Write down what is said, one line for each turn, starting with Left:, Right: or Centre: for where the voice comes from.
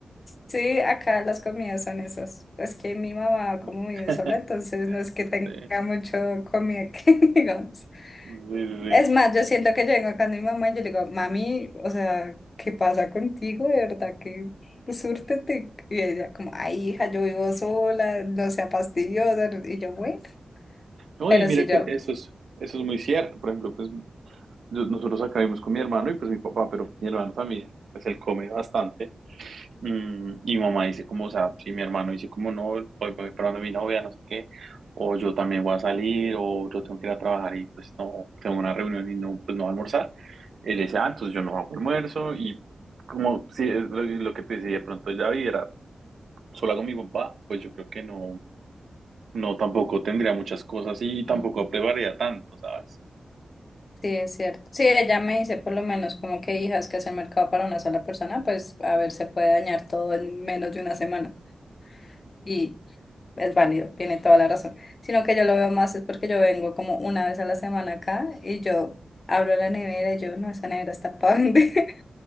Left: Sí, acá las comidas son esas. Es que mi mamá como
Right: <laughs>
Left: vive sola, entonces no es que tenga
Right: Sí,
Left: mucho comida que <laughs> digamos.
Right: sí, sí. sí.
Left: Es más, yo siento que yo vengo acá con mi mamá y yo le digo, mami, o sea, ¿qué pasa contigo? De verdad que pues, súrtete. Y ella como, ay, hija, yo vivo sola, no sea fastidiosa. Y yo, bueno,
Right: No,
Left: pero
Right: y mira
Left: sí,
Right: que
Left: yo,
Right: eso es, eso es muy cierto. Por ejemplo, pues yo- nosotros acá vivimos con mi hermano y pues mi papá, pero mi hermano también, pues él come bastante. Mm, y mamá dice como, o sea, si mi hermano dice como no, hoy me voy para donde mi novia, no sé qué, o yo también voy a salir, o yo tengo que ir a trabajar y pues no, tengo una reunión y no, pues no voy a almorzar, él dice, ah, entonces yo no hago almuerzo y como si es lo, lo que te decía de pronto ya viviera sola con mi papá, pues yo creo que no, no tampoco tendría muchas cosas y
Left: sí,
Right: tampoco prepararía tanto, ¿sabes?
Left: es cierto. Sí, ella me dice por lo menos como que, hija, es que hacer mercado para una sola persona, pues a ver, se puede dañar todo en menos de una semana. y es válido, tiene toda la razón. Sino que yo lo veo más es porque yo vengo como una vez a la semana acá y yo abro la nevera y yo, no, esa nevera está para vender. <laughs>